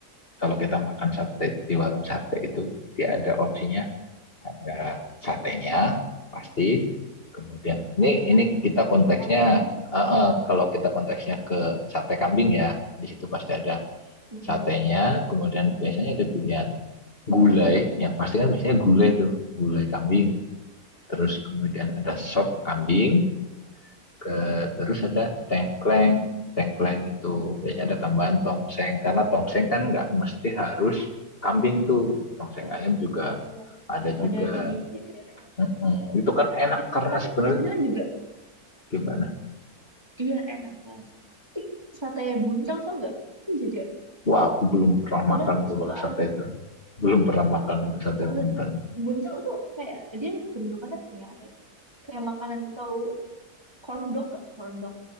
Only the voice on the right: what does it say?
Mm-mm.
tengkleng
Mm-mm.
I-
iya
suka
dagingnya kayak
eh
tapi
kadang juga
iya enak banget Tapi sate buntel tau nggak itu juga
kadang
suka
aja
sih
kok
buntel tuh kayak dia bentukannya kayak apa ya kayak makanan tahu corn dog gak corn dog